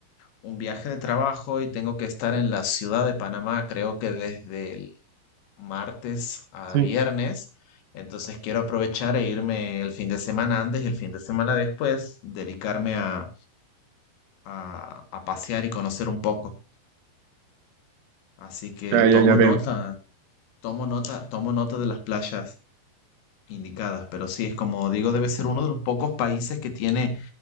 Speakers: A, on the left; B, on the right.
A: un viaje de trabajo y tengo que estar en la ciudad de Panamá, creo que desde el martes a
B: Sí,
A: viernes. Entonces, quiero aprovechar e irme el fin de semana antes y el fin de semana después, dedicarme a, a, a pasear y conocer un poco. Así que
B: ya,
A: tomo
B: ya, ya veo.
A: nota, tomo nota, tomo nota de las playas indicadas, pero sí es como digo, debe ser uno de los pocos países que tiene